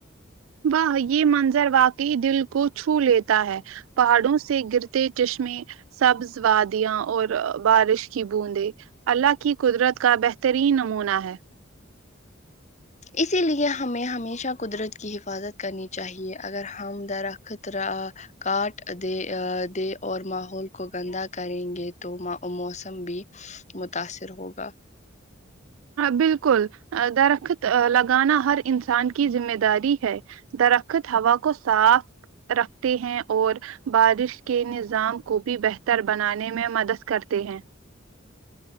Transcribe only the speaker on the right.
واہ یہ منظر واقع دل کو چھو لیتا ہے پہاڑوں سے گرتے چشمے سبز وادیاں اور بارش کی بوندیں اللہ کی قدرت کا بہترین نمونہ ہے
بالکل درخت لگانا ہر انسان کی ذمہ داری ہے درخت ہوا کو صاف رکھتے ہیں اور بارش کے نظام کو بھی بہتر بنانے میں مدد کرتے ہیں